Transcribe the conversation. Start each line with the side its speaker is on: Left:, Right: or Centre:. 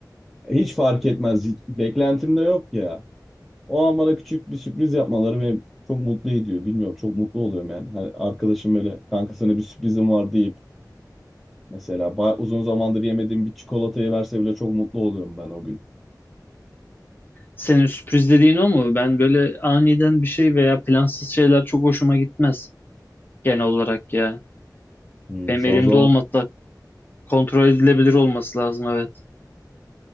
Centre: hiç fark etmez. Hiç- Beklentim de yok ya. O an bana küçük bir sürpriz yapmaları beni çok mutlu ediyor. Bilmiyorum çok mutlu oluyorum yani. Hani arkadaşım böyle kanka sana bir sürprizim var deyip mesela ba- uzun zamandır yemediğim bir çikolatayı verse bile çok mutlu oluyorum ben o gün.
Left: Senin sürpriz dediğin o mu? Ben böyle aniden bir şey veya plansız şeyler çok hoşuma gitmez genel olarak ya.
Centre: Hmm,
Left: Benim
Centre: sen
Left: elimde
Centre: o zaman
Left: olmasa kontrol edilebilir olması lazım evet.